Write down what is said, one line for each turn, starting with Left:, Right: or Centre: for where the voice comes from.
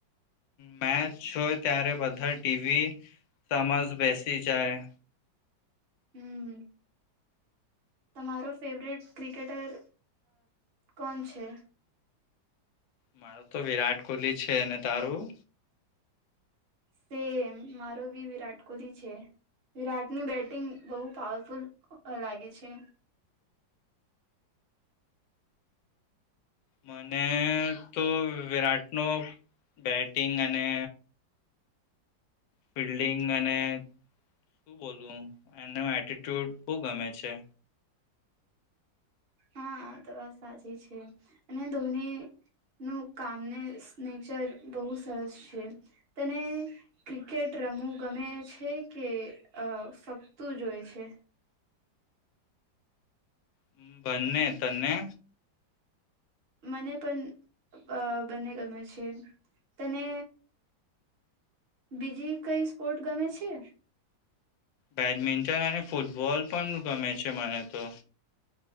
Left: મેચ જોય ત્યારે બધા ટીવી સમજ બેસી જાય.
Right: હમ તમારો ફેવરેટ ક્રિકેટર કોણ છે?
Left: મારું તો વિરાટ કોહલી છે અને તારું?
Right: સેમ મારો બી વિરાટ કોહલી છે, વિરાટની બેટિંગ બહુ પાવરફુલ લાગે છે.
Left: મને તો વિરાટ નો બેટિંગ અને ફિલ્ડિંગ અને શું બોલવું એનો એટેટ્યુડ બો ગમે છે.
Right: હા તો વાત સાચી છે અને ધોની નું કામને નેચર બહુ સરસ છે, તને ક્રિકેટ રમું ગમે છે કે ફકતું જોય છે?
Left: હમ્મ બને તને.
Right: મને પણ બંને ગમે છે, તને બીજી કઈ સ્પોર્ટ ગમે છે?
Left: બેડમિન્ટન અને ફૂટબોલ પણ ગમે છે મને તો.